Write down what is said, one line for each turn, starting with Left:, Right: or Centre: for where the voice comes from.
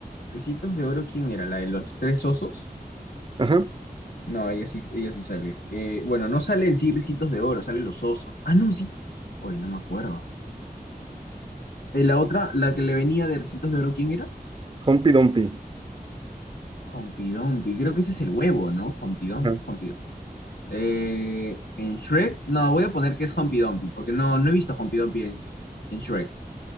Left: ¿Ricitos de Oro quién era? ¿La de los tres osos?
Right: Ajá.
Left: No, ella sí, ella sí sale. Eh, bueno, no sale en sí Ricitos de Oro, salen los osos. Ah, no, sí. Oye, no me acuerdo. De la otra, la que le venía de Ricitos de Oro, ¿quién era?
Right: Humpty Dumpty.
Left: Humpty Dumpty, creo que ese es el huevo, ¿no? Humpty Dumpty,
Right: Ajá.
Left: Humpty Dumpty. Eh, en Shrek, no, voy a poner que es Humpty Dumpty, porque no, no he visto Humpty Dumpty en, en Shrek.